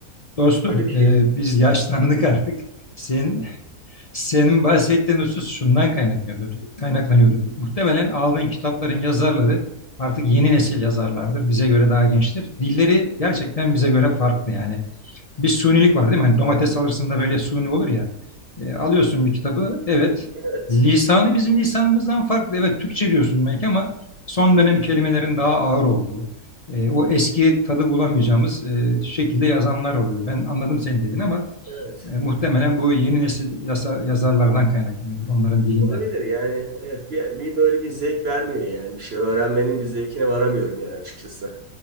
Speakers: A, on the left; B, on the right.
A: Dostum,
B: Öyle bir şey.
A: e, biz yaşlandık artık. Senin, senin bahsettiğin husus şundan kaynaklanıyordur, kaynaklanıyordur. Muhtemelen aldığın kitapların yazarları artık yeni nesil yazarlardır. Bize göre daha gençtir. Dilleri gerçekten bize göre farklı yani. bir sunilik var değil mi? Hani domates alırsın da böyle suni olur ya. E, alıyorsun bir kitabı. Evet.
B: Evet.
A: Lisanı bizim lisanımızdan farklı. Evet Türkçe diyorsun belki ama son dönem kelimelerin daha ağır olduğu, e, o eski tadı bulamayacağımız e, şekilde yazanlar oluyor. Ben anladım senin dediğin ama
B: Evet.
A: e, muhtemelen bu yeni nesil yasa, yazarlardan kaynaklanıyordur, onların dilinden.
B: Olabilir yani. Evet bir, bir böyle bir zevk vermiyor yani bir şey öğrenmenin bir zevkine varamıyorum yani açıkçası.